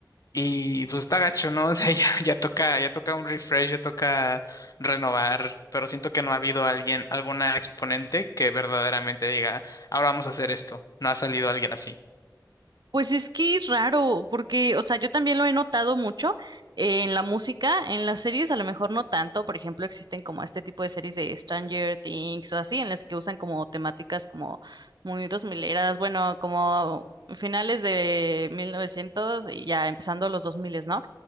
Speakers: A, on the left (about 55°); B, on the right (about 75°).
A: Y pues está gacho, ¿no? <laughs> O sea, ya, ya toca, ya toca un refresh, ya toca renovar, pero siento que no ha habido alguien, alguna exponente que verdaderamente diga, ahora vamos a hacer esto. No ha salido alguien así.
B: Pues es que es raro, porque, o sea, yo también lo he notado mucho eh, en la música, en las series a lo mejor no tanto, por ejemplo, existen como este tipo de series de Stranger Things o así, en las que usan como temáticas como muy dos mileras, bueno, como finales de 1900 y ya empezando los dos miles, ¿no?